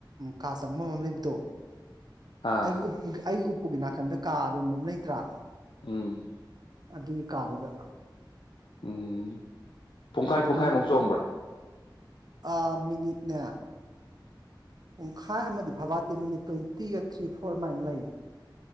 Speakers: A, on the right; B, on the left.
A: ꯀꯥ ꯆꯪꯕ ꯃꯝ ꯂꯩꯕꯗꯣ
B: ꯑꯥ
A: ꯑꯩꯒꯤ ꯎ ꯑꯩꯒꯤ ꯎ ꯎꯒꯤ ꯅꯥꯀꯟ ꯀꯥꯔ ꯑꯃ ꯂꯩ <unintelligible>
B: ꯎꯝ
A: ꯑꯗꯨꯒꯤ ꯀꯥꯗꯨꯗ
B: ꯎꯝ ꯄꯨꯡꯈꯥꯏ
A: ꯑꯗꯨꯗꯅ
B: ꯄꯨꯡꯈꯥꯏꯃꯨꯛ
A: ꯑꯃꯨꯛ
B: ꯆꯣꯡꯕ꯭ꯔꯥ
A: ꯑꯥ ꯃꯤꯅꯤꯠꯅꯦ ꯄꯨꯡꯈꯥꯏ ꯑꯃꯗꯤ ꯐꯕꯥꯇꯤ ꯃꯤꯅꯤꯠ ꯇ꯭ꯋꯦꯟꯇꯤꯒ ꯊ꯭ꯔꯤ ꯐꯣꯔ ꯃꯥꯏꯅ ꯂꯩ